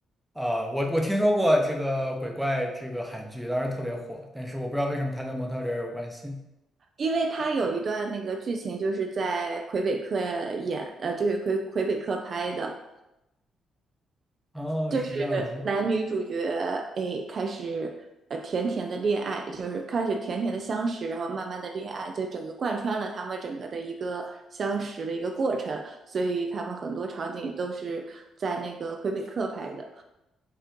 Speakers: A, in the centre; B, on the right (about 50°).
A: 啊、我我听说过这个鬼怪这个韩剧，当时特别火，但是我不知道为什么它跟蒙特利尔有关系。
B: 因为他有一段那个剧情就是在魁北克演，呃，就是魁魁北克拍的，
A: 哦，
B: 就是男女主角
A: 是这样子，
B: 哎开始呃甜甜的恋爱，就是开始甜甜的相识，然后慢慢的恋爱，这整个贯穿了他们整个的一个相识的一个过程，所以他们很多场景都是在那个魁北克拍的。